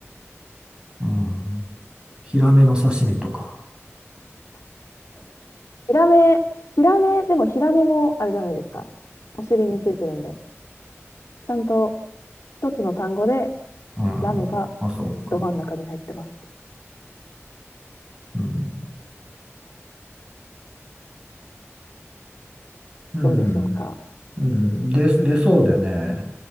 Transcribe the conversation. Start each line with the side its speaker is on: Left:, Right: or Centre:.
Right: うん。ヒラメの刺身とか。
Left: ヒラメ、ヒラメ、でもヒラメもあれじゃないですか。お尻についてるんで、ちゃんと一つの単語で
Right: うん。
Left: ラメが
Right: あ、そうか。
Left: ど真ん中に入ってます。
Right: うん。うん。
Left: どうでしょうか。
Right: うん。で、出そうでね。